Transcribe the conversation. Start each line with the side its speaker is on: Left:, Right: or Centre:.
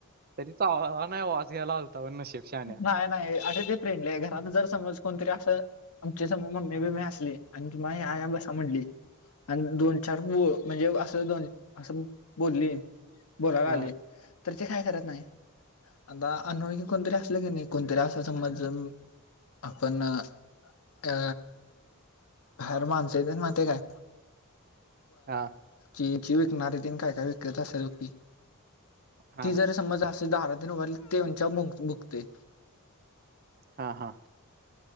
Right: तरी चावला नाही वास घ्यायला आलता पण नशिब शान्या.
Left: नाही नाही अरे ते फ्रेंड आहे घरात जर समज कोणतरी अस आमच्या संग मम्मी मे बीम्मी असली आणि तु मग आ या या बसा म्हणली. आणि दोन चार ब म्हणजे असं दोन आस बोलली. बोलायला
Right: हा
Left: आली तर ते काय करत नाही आता. अनोळखी कोणतरी असलं की नाही कोणतरी असा समज आपण अ अ बाहेर माणसं येत <unintelligible> ते काय
Right: हा
Left: जी विकणारी ति काय काय विकत असेल ती
Right: हा
Left: ती जर समज अस दारात येऊन उभारली तर <unintelligible> भुकते
Right: हा हां